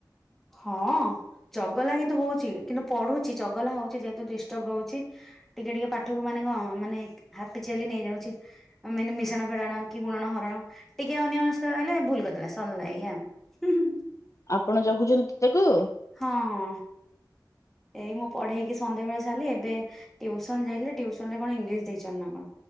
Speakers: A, in the centre; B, on the left.
A: ହଁ। ଚଗଲା କିନ୍ତୁ ହଉଛି କିନ୍ତୁ ପଢ଼ୁଛି ଚଗଲା ହଉଛି ଯେହେତୁ ଡିଷ୍ଟର୍ବ ରହୁଛି। ଟିକେ ଟିକେ ପାଠକୁ ମାନେ କ ମାନେ ହାପି ଚାଲି ନେଇଯାଉଛି। ଅ ମାନେ ମିଶାଣ ଫେଡାଣ କି ଗୁଣଣ ହରାଣ। ଟିକେ ଅନ୍ୟ ମନସ୍କ ରହିଲେ ଭୁଲ କରିଦେଲା ସରିଲା ଏୟା ଆଉ।
B: ଆପଣ ଜଗୁଛନ୍ତି ତାକୁ।
A: ହଁ ହଁ। ଏଇ ମୁଁ ପଢେଇକି ସନ୍ଧ୍ୟାବେଳେ ସାରିଲି ଏବେ ଟିଉସନ ଯାଇଲେ ଟ୍ୟୂସନ ରେ କଣ ଇଂଲିଶ ଦେଇଚନ୍ତି ନା କଣ?